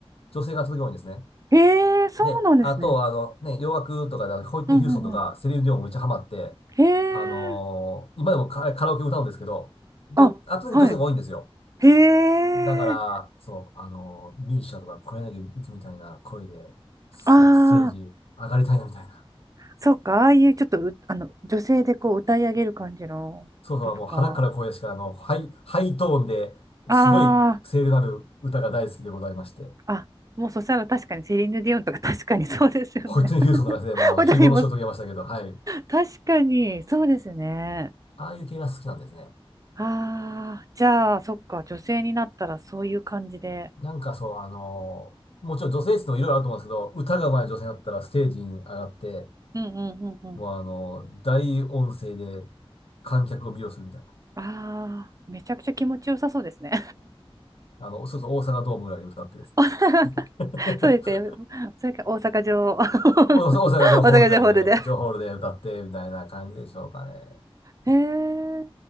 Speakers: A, on the left; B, on the right.
A: 女性が続く多いんですね。
B: へえ、そうなんですね。
A: で、あと、あの、ね、洋楽とかで、あのホイットニー・
B: うんうんうん。
A: ヒューストンとか、セリーヌ・ディオンもめっちゃハマって、
B: へえ、
A: あのー今でもカラカラオケ歌うんですけど、ど、
B: あ、
A: 圧倒に女性が多いんですよ。
B: はい。へ
A: だから、
B: え、
A: そう、あのーミーシャとか、小柳ゆきみたいな声で、スステージ上がりたいなみたいな。
B: ああ、そっか、ああいうちょっとう、あの、女性でこう歌い上げる感じののとか。
A: そうそう、もう腹から声しか、あの、ハイ、ハイトーンで、
B: あ
A: すごい声量のある歌が大好きでございまして、
B: あ、あ、もうそしたら確かにセリーヌ・ディオンとか確かにそうですよね。
A: ホイットニー・
B: <laughs>
A: ヒューストンとかでも、あの、
B: 踊ります。
A: 非業の死を遂げましたけど、はい。
B: 確かに、そうですね。
A: ああいう系が好きなんですね。
B: ああ、じゃあ、そっか、女性になったらそういう感じで。
A: なんかそう、あの、もちろん女性質のいろいろあると思うんですけど、歌が上手い女性だったらステージに上がって、
B: うんうんうんうん。
A: もうあの、大音声で観客を魅了するみたいな。
B: ああ、めちゃくちゃ気持ちよさそうですね。
A: あの、そうそう、大阪ドームぐらいで歌ってですね。
B: <laughs>
A: <laughs>
B: そうですね。それか大阪城、<laughs> 大阪城ホールで。
A: 大阪、大阪城ホールぐらいで、城ホールで歌って、みたいな感じでしょうかね。
B: へえ。